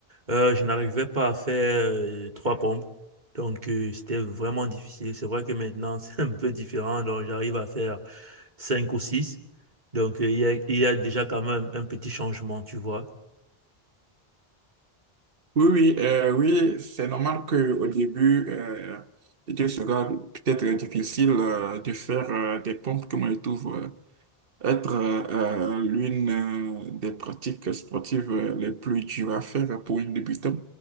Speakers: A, on the right (about 45°); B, on the right (about 65°).
A: euh, je n'arrivais pas à faire euh, trois pompes. Donc, euh, c'était vraiment difficile. C'est vrai que maintenant, <laughs> c'est un peu différent. Donc, j'arrive à faire Cinq ou six, Donc, euh, il y a, il y a déjà quand même un petit changement, tu vois.
B: Oui, oui, euh, oui, c'est normal que au début, euh, il sera peut-être difficile euh, de faire euh, des pompes, comme je trouve euh, être euh, euh, l'une euh, des pratiques sportives euh, les plus dures à faire pour un débutant.